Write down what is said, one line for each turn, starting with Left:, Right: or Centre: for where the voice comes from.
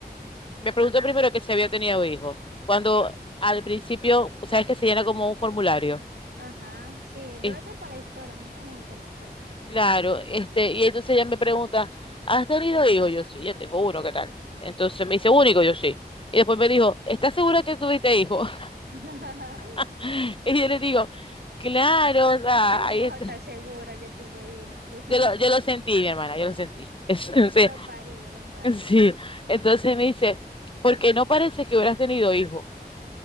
Left: me preguntó primero que si había tenido hijos. Cuando al principio,
Right: Sí.
Left: sabes que se llena como un formulario.
Right: Ajá, sí, debe
Left: Es-
Right: ser para la historia, a mí también me preguntó.
Left: claro, este, y entonces ella me pregunta, ¿has tenido hijos? Yo sí, ya tengo uno, ¿qué tal? Entonces me dice, único, yo sí. Y después me dijo, ¿estás segura que tuviste hijos?
Right: <laughs>
Left: <laughs> Y yo le digo, claro, o sea,
Right: Es que lo
Left: ahí
Right: vas
Left: está.
Right: a estar segura que tuve hija, Dios. <laughs>
Left: Yo lo, yo lo sentí, mi hermana, yo lo sentí. <laughs> Es-
Right: Yo
Left: sí,
Right: lo parí, yo lo parí.
Left: sí. Entonces me dice, ¿por qué no parece que hubieras tenido hijo?